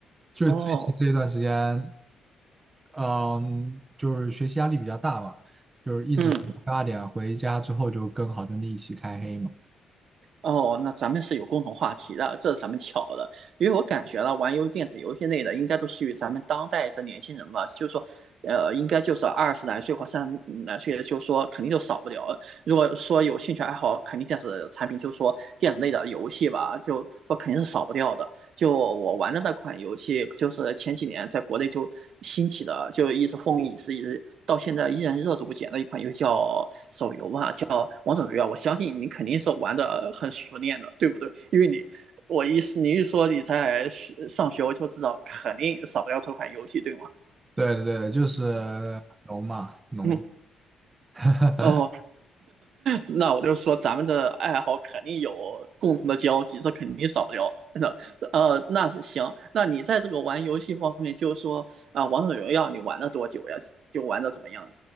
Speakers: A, on the right; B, on the right.
A: 就最近这一段时间，
B: 哦，
A: 嗯，就是学习压力比较大嘛，就是一直学到八点，
B: 嗯，
A: 回家之后就跟好兄弟一起开黑嘛。
B: 哦，那咱们是有共同话题的，这是咱们巧了，因为我感觉呢，玩游电子游戏类的应该都属于咱们当代这年轻人吧，就是说，呃，应该就是二十来岁或三十来岁，的，就是说肯定就少不了了如果说有兴趣爱好，肯定电子产品，就是说电子类的游戏吧，就说肯定是少不掉的。就我玩的那款游戏，就是前几年在国内就兴起的，就一直风靡一时，一直到现在依然热度不减的一款游戏叫手游吧，叫。王者荣耀，我相信你肯定是玩的很熟练的，对不对？因为你，我一你一说你在上学，我就知道肯定少不了这款游戏，对吗？
A: 对对对，就是农嘛，农。
B: 嗯，
A: <laughs>
B: 哦，那我就说咱们的爱好肯定有共同的交集，这肯定少不了。的。呃，那是行，那你在这个玩游戏方面，就是说啊、呃王者荣耀你玩了多久呀？就玩的怎么样？